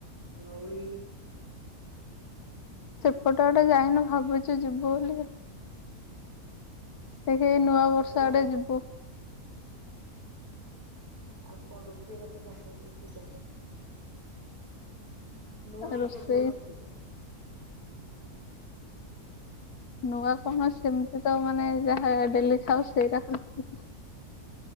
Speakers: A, on the right (about 70°); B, on the left (about 85°).
A: ଧଉଳି
B: ଗୋଟେ ଟ ଗୋଟେ ଯାଇନୁ ଭାବୁଛୁ ଯିବୁ ବୋଲିକା।
A: ଓହୋ
B: ଏଠି ନୂଆ ବର୍ଷ
A: ଆଉ କଣ
B: ଆଡେ ଯିବୁ
A: ଓହୋ ଆଉ କଣ ରୋଷେଇ ବାସ କଣ ସବୁ ଶିଖିଛ? ନୂଆ ଆଇଟମ
B: ରୋଷେଇ
A: କଣ ଶିଖିଛ?
B: ନୂଆ କଣ ସେମିତି ତ ମାନେ ଯାହା ଡେଲି ଖାଉ ସେଇଟା ଖାଲି